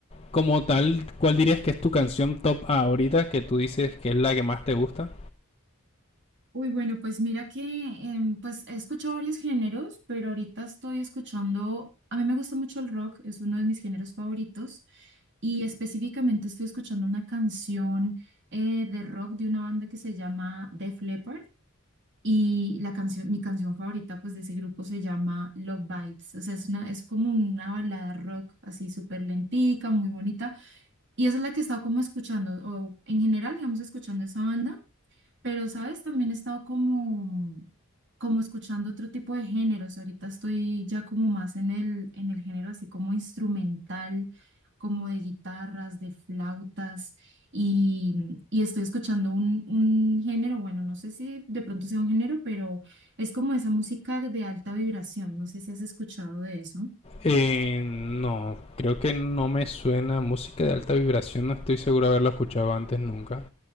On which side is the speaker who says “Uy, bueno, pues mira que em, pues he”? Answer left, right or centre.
Right